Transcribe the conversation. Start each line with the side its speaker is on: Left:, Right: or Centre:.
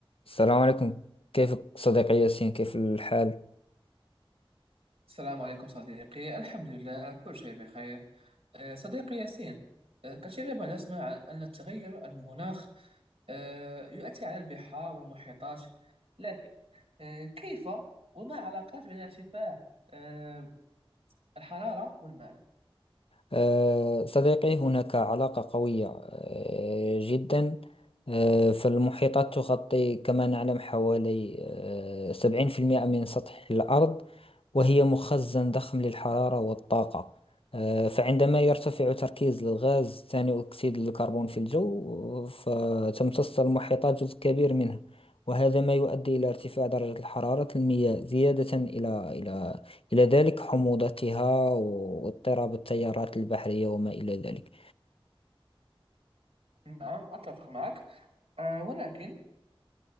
Left: السلام عليكم كيفك صديقي ياسين كيف الحال
Right: السلام عليكم صديقي الحمد لله كل شيء بخير أه، صديقي ياسين أه، كثيرا ما نسمع أن التغير المناخ أه، يؤثر على البحار والمحيطات لكن أه، كيف وما علاقات بين ارتفاع أه، الحرارة والماء
Left: آه، صديقي هناك علاقة قوية آه، جدا آه، فالمحيطات تغطي كما نعلم حوالي آه، سبعين في المئة من سطح الأرض وهي مخزن ضخم للحرارة والطاقة آه، فعندما يرتفع تركيز الغاز ثاني أكسيد الكربون في الجو فتمتص المحيطات جزء كبير منه وهذا ما يؤدي إلى ارتفاع درجة الحرارة المياه زيادة إلى إلى إلى ذلك حموضتها واضطراب التيارات البحرية وما إلى ذلك
Right: نعم أتفق معك أه، ولكن